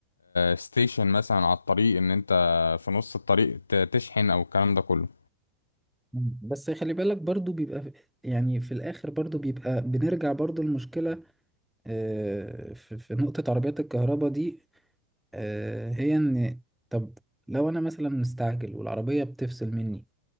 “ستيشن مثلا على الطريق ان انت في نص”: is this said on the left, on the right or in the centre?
Left